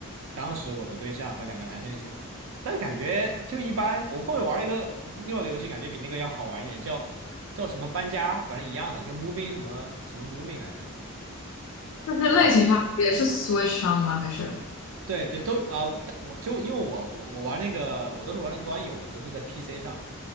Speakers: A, on the right; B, on the left.
A: 当时我的对象和两个男生一起玩，但感觉就一般。我后面玩了一个另外一个游戏，感觉比那个要好玩一点，叫叫什么搬家，反正一样的，叫 moving 什么什么 moving 来着，
B: 就是类型上也是
A: 我忘了。
B: Switch 上的吗？还是？
A: 对对，都啊、我我就因为我我我玩那个，我都是玩的端游嘛，都是在 PC 上的。